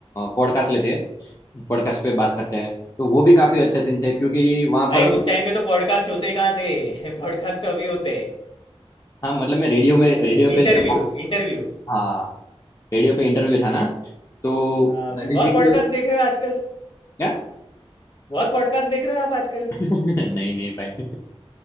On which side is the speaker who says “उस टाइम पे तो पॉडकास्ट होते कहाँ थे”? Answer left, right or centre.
Left